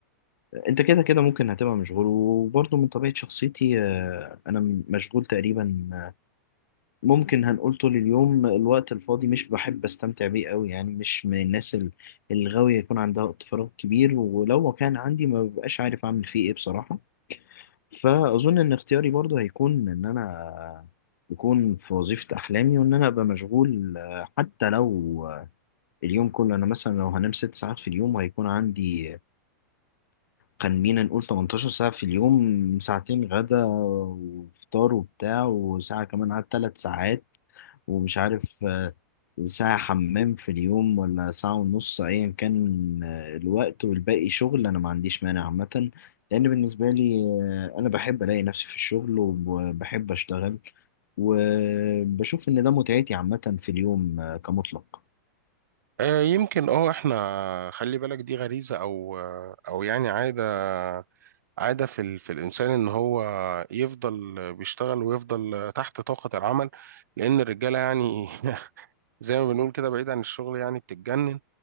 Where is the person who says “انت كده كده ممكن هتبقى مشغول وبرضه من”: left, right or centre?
Left